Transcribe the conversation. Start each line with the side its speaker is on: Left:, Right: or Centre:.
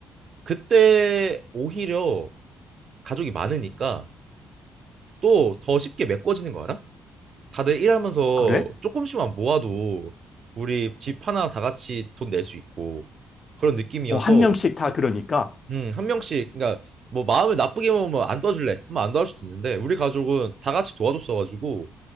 Right: 그때 오히려 가족이 많으니까 또 더 쉽게 메꿔지는 거 알아? 다들 일하면서
Left: 어, 그래?
Right: 조금씩만 모아도 우리 집 하나 다 같이 돈 낼 수 있고 그런 느낌이어서
Left: 어, 한 명씩 다 그러니까.
Right: 음, 한 명씩, 그러니까 뭐 마음을 나쁘게 먹으면 안 도와줄래 하면 안 도와줄 수도 있는데 우리 가족은 다 같이 도와줬어가지고